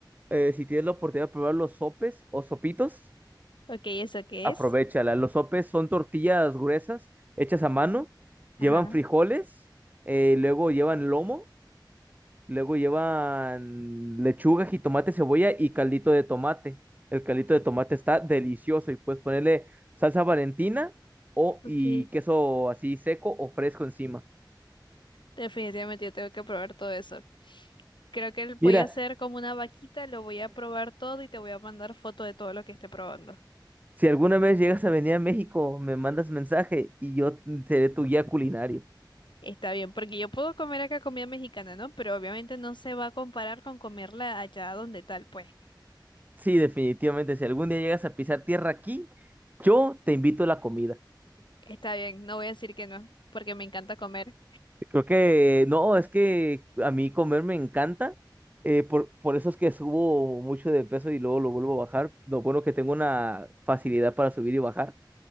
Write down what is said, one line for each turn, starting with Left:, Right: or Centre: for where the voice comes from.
Right: eh, si tienes la oportunidad de probar los sopes o sopitos,
Left: ok, ¿eso qué
Right: aprovéchala.
Left: es?
Right: Los sopes son tortillas gruesas hechas
Left: Ok,
Right: a mano, llevan
Left: Ajá,
Right: frijoles, eh, luego llevan lomo Luego llevan lechuga, jitomate, cebolla y caldito de tomate. El caldito de tomate está delicioso y puedes ponerle salsa Valentina o
Left: ok.
Right: y queso así seco o fresco encima.
Left: Definitivamente yo tengo que probar todo eso. Creo que voy
Right: Mira,
Left: a hacer como una vaquita, lo voy a probar todo y te voy a mandar foto de todo lo que esté probando.
Right: si alguna vez llegas a venir a México, me mandas mensaje y yo seré tu guía culinario.
Left: Está bien, porque yo puedo comer acá comida mexicana, ¿no? Pero obviamente no se va a comparar con comerla allá donde tal, pues.
Right: Sí, definitivamente, si algún día llegas a pisar tierra aquí, yo te invito a la comida.
Left: Está bien, no voy a decir que no, porque me encanta comer.
Right: Creo que eh, no, es que a mí comer me encanta. eh, por, por eso es que subo mucho de peso y luego lo vuelvo a bajar. Lo bueno que tengo una facilidad para subir y bajar.